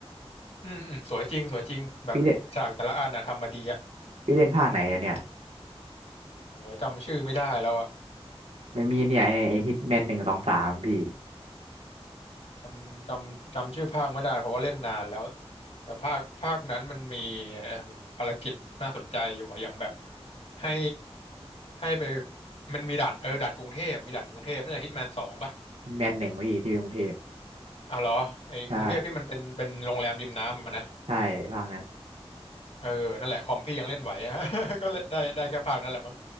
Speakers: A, on the left (about 80°); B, on the right (about 90°).
A: อืมอืมสวยจริงสวยจริงแบบฉากแต่ละอันน่ะทำมาดีอ่ะ
B: พี่เล่นพี่เล่นภาคไหนอะเนี่ย
A: โอ้ยจำชื่อไม่ได้แล้วอ่ะ
B: มันมีเนี่ยไอ้ฮิตแมนหนึ่งสองสามพี่
A: จำจำจำชื่อภาคไม่ได้เพราะว่าเล่นนานแล้วแต่ภาคภาคนั้นมันมีเอ่อภารกิจน่าสนใจอยู่อะอย่างแบบให้ให้ไปมันมีด่านเออด่านกรุงเทพมีด่านกรุงเทพน่าจะฮิตแมนสองป่ะ
B: ฮิตแมนหนึ่งพี่ที่กรุงเทพ
A: อ๋อเหรอไอ้กรุงเทพที่มันเป็นเป็นโรงแรมริมน้ำอะนะ
B: ใช่ใช่ภาคนั้น
A: เออนั่นแหละคอมพี่ยังเล่นไหวอะ <laughs> ก็เล่นได้ได้แค่ภาคนั้นแหละมั้ง